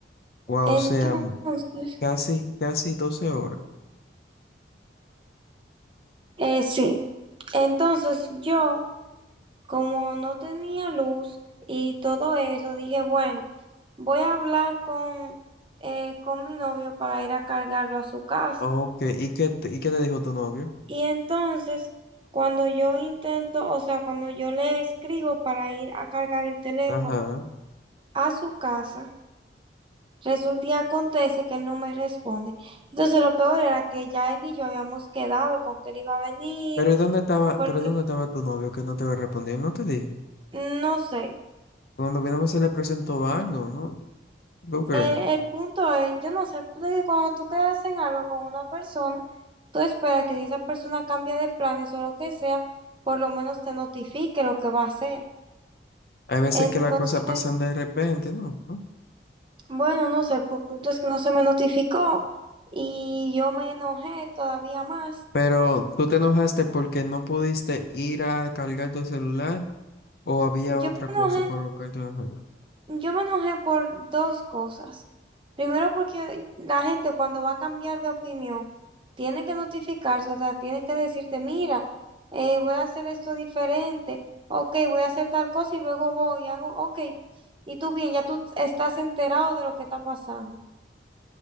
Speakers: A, on the left (about 55°); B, on the right (about 30°).
A: Wow,
B: Entonces,
A: o sea, m- casi casi 12 horas.
B: eh, sí, entonces yo, como no tenía luz y todo eso, dije, bueno, voy a hablar con, eh, con mi novio para ir a cargarlo a su casa.
A: Ok, ¿y qué te- y qué te dijo tu novio?
B: Y entonces, cuando yo intento, o sea, cuando yo le escribo para ir a cargar el teléfono
A: Ajá.
B: a su casa, Resulta y acontece que él no me responde. Entonces lo peor era que ya él y yo habíamos quedado con que él iba a venir,
A: Pero ¿y ¿dónde estaba,
B: porque
A: pero dónde estaba tu novio que no te había respondido? No te dije.
B: no sé,
A: Cuando vino se le presentó algo, ¿no? ¿Tú crees?
B: el, el punto es, yo no sé, el punto es que cuando tú quedas en algo con una persona, tú esperas que si esa persona cambia de planes o lo que sea, por lo menos te notifique lo que va a hacer.
A: Hay veces
B: Entonces,
A: que las cosas pasan de repente, ¿no? ¿No?
B: bueno, no sé, el punto es que no se me notificó y yo me enojé todavía más.
A: Pero tú te enojaste porque no pudiste ir a cargar tu celular o había
B: Yo
A: otra
B: me
A: cosa
B: enojé
A: por lo que te enojaste?
B: Yo me enojé por dos cosas. Primero, porque la gente cuando va a cambiar de opinión tiene que notificarse, o sea, tiene que decirte, mira, eh, voy a hacer esto diferente, ok, voy a hacer tal cosa y luego voy y hago, ok, y tú bien, ya tú estás enterado de lo que está pasando.